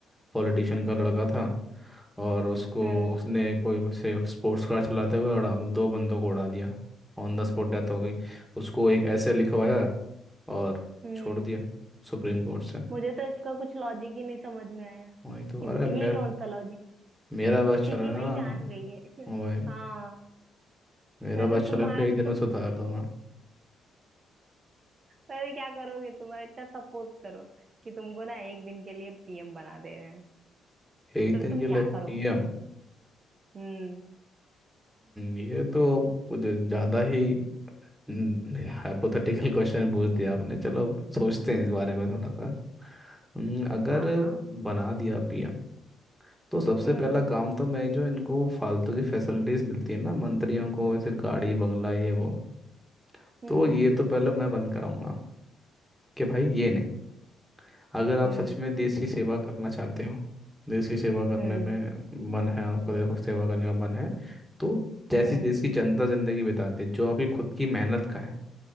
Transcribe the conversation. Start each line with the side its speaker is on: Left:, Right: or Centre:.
Centre: पॉलिटिशियन का लड़का था और उसको
Right: हम्म
Centre: उसने कोई से स्पोर्ट्स कार चलाते हुए उड़ा दो बंदों को उड़ा दिया ऑन द स्पॉट डेथ हो गई उसको एक ऐसे लिखवाया और
Right: हम्म
Centre: छोड़ दिया सुप्रीम कोर्ट से
Right: मुझे तो इसका कुछ लॉजिक ही नहीं समझ में आया
Centre: वही तो
Right: कि
Centre: अरे मेरे
Right: ये कौन सा लॉजिक
Centre: मेरा बस
Right: किसी
Centre: चला
Right: की
Centre: ना
Right: भाई जान गई है <laughs>
Centre: ओए
Right: हाँ
Centre: मेरा
Right: वैसे
Centre: बस
Right: तुम्हारा
Centre: चला ना, फिर एक दिन
Right: तुम
Centre: में सुधार दूंगा
Right: वैसे क्या करोगे तुम अच्छा सपोज करो कि तुमको ना एक दिन के लिए पीएम बना दे रहे हैं
Centre: एक
Right: तो
Centre: दिन
Right: तुम
Centre: के लिए
Right: क्या
Centre: पीएम
Right: करोगे हम्म
Centre: ये तो कुछ ज्यादा ही हाइपोथेटिकल क्वेश्चन पूछ दिया आपने चलो सोचते हैं इस बारे में थोड़ा सा हम्म, अगर
Right: हाँ हाँ
Centre: बना दिया पीएम तो सबसे
Right: हम्म
Centre: पहला काम तो मैं जो इनको फालतू की फैसिलिटीज मिलती है ना मंत्रियों को ऐसे गाड़ी बंगला ये वो
Right: हम्म
Centre: तो ये तो पहले मैं बंद कराऊंगा कि भाई ये नहीं अगर आप
Right: हम्म
Centre: सच में देश की सेवा करना चाहते हो देश की सेवा करने
Right: हम्म
Centre: में मन है आपका देखो सेवा करने का मन है तो जैसी
Right: हम्म
Centre: देश की जनता जिंदगी बिताते जो आपकी खुद की मेहनत का है